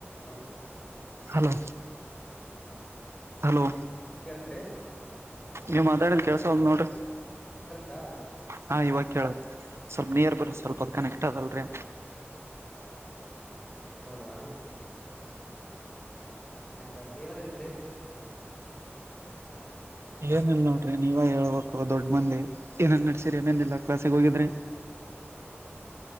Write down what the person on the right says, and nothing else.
hello hello
ನೀವ್ ಮಾತಾಡಿದ್ ಕೆಳಸವಲತ್ತ ನೋಡ್ರಿ
ಹಾ ಇವಾಗ ಕೇಳತ್ ಸ್ವಲ್ಪ ನಿಯರ್ ಬರ ಸ್ವಲ್ಪ ಅದು ಕನೆಕ್ಟ್ ಅದಲ್ರರಿ
ಏನಲ್ ನೋಡ್ರಿ ನೀವ ಹೇಳ್ಬೇಕು ದೊಡ್ ಮಂದಿ ಏನೇನ್ ನಡ್ಸೀರಿ ಏನೇನ್ನಿಲ್ಲ ಕ್ಲಾಸ್ಗೆ ಹೋಗಿದ್ರಿ